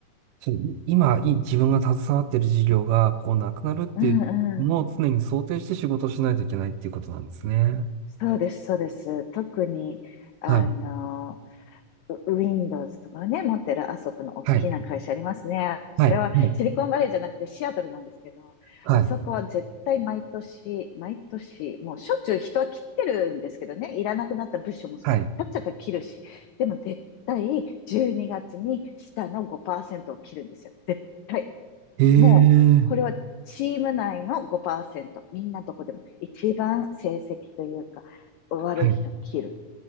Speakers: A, on the right; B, on the left.
A: そう今、い自分が携わっている事業が、こう、なくなるっていうのを常に想定して仕事をしないといけないっていうことなんですね。
B: うんうん。そうです、そうです。特に、あの、
A: はい。
B: ウ Windows とかね、持ってるあそこの大きな会社ありますね。
A: はい。はい。
B: あれはシリコンバレーじゃなくてシアトルなんですけど、
A: はい。はい。
B: あそこは絶対毎年、毎年、もうしょっちゅう人は切ってるんですけどね、いらなくなった物資もちっちゃか切るし、
A: はい。
B: でも絶対12月にがつに下の5%を切るんですよ。絶対。
A: ええ、
B: もう、これはチーム内の5%。みんなどこでも一番成績というか、悪い人切る
A: はい。